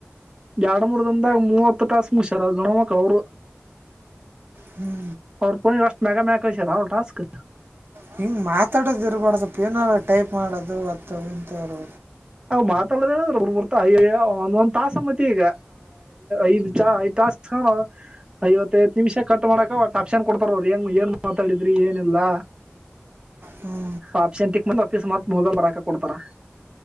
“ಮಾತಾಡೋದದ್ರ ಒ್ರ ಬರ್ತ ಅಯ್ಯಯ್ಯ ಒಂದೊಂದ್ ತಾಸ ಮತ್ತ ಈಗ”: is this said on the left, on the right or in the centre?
Right